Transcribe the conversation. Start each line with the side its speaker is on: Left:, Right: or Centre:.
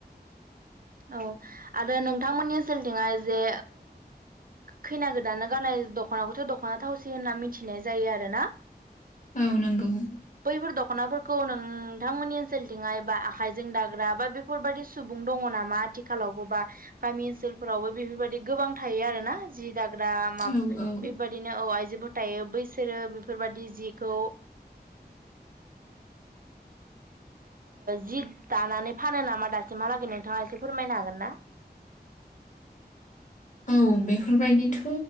Right: नो औ आरो नोंथांमोननि सेलथिंआ जे खैना गोदानानो गाननाय दख'नाखौथ' दख'ना थावसि होनना मिथिनाय जायो आरो ना
Left: औ नंगौ
Right: बैफोर दख'नाफोरखौ नोंथांमोननि ओनसोलथिंहाय बा आखाइ जिं दाग्रा बा बेफोरबायाददि सुबुं दङ नामा आथिखालावबो बा गामि ओनसोलफोरावबो बेफोरबायाददि गोबां थायो आरोना जि दाग हाग्रा माब
Left: औ औ
Right: बेबायाददिनो औ आयजोफोर थायो बैसोरो बेफोरबायाददि जिखौ जि दानानै फानो नामा दासम हालागै नोंथाङा एसे फोरमायनो हागोन ना
Left: औ बेफोरबायदिथ'